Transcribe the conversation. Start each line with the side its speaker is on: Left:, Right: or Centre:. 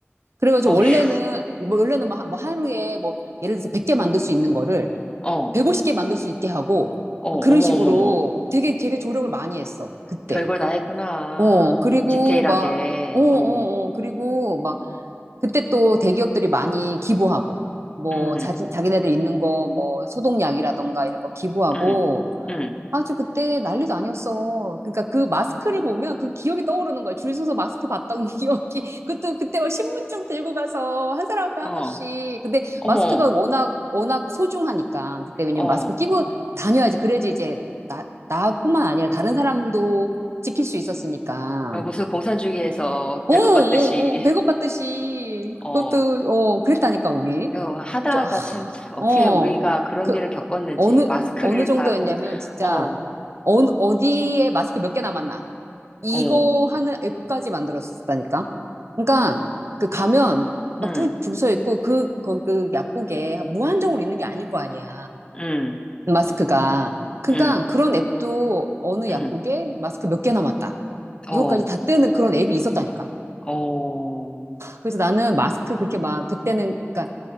Right: 그래가지고
Left: 어휴,
Right: 원래는 뭐 원래는 뭐 하- 뭐 하루에 뭐 예를 들어서 100개 만들 수 있는 거를
Left: 어, 어,
Right: 150개 만들 수 있게 하고
Left: 어머,
Right: 그런
Left: 어머,
Right: 식으로
Left: 어머.
Right: 되게 되게 조력을 많이 했어. 그때.
Left: 별걸 다 했구나.
Right: 어, 그리고
Left: 디테일하게,
Right: 막 어, 어,
Left: 어,
Right: 어. 그리고 막 그때 또 대기업들이 많이 기부하고 뭐
Left: 음,
Right: 자기 자기네들 있는 거 뭐 소독약이라던가 이런 거 기부하고
Left: 음, 음,
Right: 아주 그때 난리도 아니었어. 그러니까 그 마스크를 보면 그 기억이 떠오르는 거야. 줄 서서 마스크 봤던 <laughs> 기억이. 그것도 그때 막 신분증 들고 가서 한 사람 앞에
Left: 어,
Right: 하나씩. 근데
Left: 어머,
Right: 마스크가 워낙, 워낙 소중하니까. 그때 왜냐면
Left: 어.
Right: 마스크 끼고 다녀야지. 그래야지 이제 나, 나뿐만 아니라 다른 사람도 지킬 수 있었으니까.
Left: 무슨 공산주의에서
Right: 어,
Left: 배급받듯이,
Right: 어, 어, 어, 배고팠듯이.
Left: <laughs> 어.
Right: 그것도, 어, 그랬다니까, 우리.
Left: 이거 하다
Right: 그죠?
Left: 하다
Right: 아,
Left: 참, 참, 어떻게
Right: 어.
Left: 우리가 그런
Right: 그,
Left: 일을 겪었는지,
Right: 어느,
Left: 마스크를
Right: 어느 정도였냐면,
Left: 다 공,
Right: 진짜.
Left: 어,
Right: 어, 어디에 마스크 몇 개 남았나? 이거
Left: 어,
Right: 하는 앱까지 만들었었다니까. 그러니까 그 가면 막
Left: 음,
Right: 줄 줄 서 있고 그, 거, 그 약국에 무한정으로 있는 게 아닐 거 아니야.
Left: 음,
Right: 마스크가. 그러니까
Left: 음,
Right: 그런 앱도 어느
Left: 음,
Right: 약국에 마스크 몇 개 남았다.
Left: 어,
Right: 이거까지 다 뜨는 그런 앱이 있었다니까.
Left: 어,
Right: 그래서 나는 마스크 그렇게 막 그때는 그러니까